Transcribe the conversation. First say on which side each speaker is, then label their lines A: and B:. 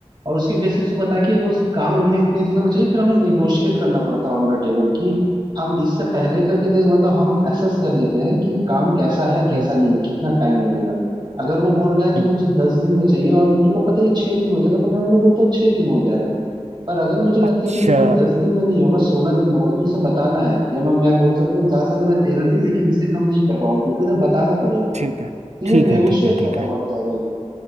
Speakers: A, on the right; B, on the right.
A: और उसके बेसिस पे पता है कि वो काम हमें इतने दिनों में चाहिए फिर हमें नेगोशिएट करना पड़ता है ऑन द टेबल कि हम इससे पहले करके दे मतलब हम असेस कर लेते हैं कि काम कैसा है कैसा
B: हम्म
A: नहीं है कितना टाइम लगेगा अगर वो बोल रहा है कि
B: हम्म,
A: मुझे दस दिन में चाहिए और मेरे को पता है ये छह दिन में हो जाएगा तो मैं उन्हें बोलता हूँ छह दिन में हो जाएगा पर अगर मुझे लगता
B: अच्छा
A: है कि नहीं वो दस दिन में नहीं होगा सोलह दिन में होगा तो उसे बताना है या मैं मैं बोल सकता हूँ जा सकता मैं तेरह दिन लेकिन इससे कम नहीं कर पाऊंगा क्योंकि उन्हें बताना पड़ेगा
B: ठीक है
A: तो ये
B: ठीक
A: नेगोशिएट
B: है ठीक है
A: करना
B: ठीक है
A: पड़ता है भाई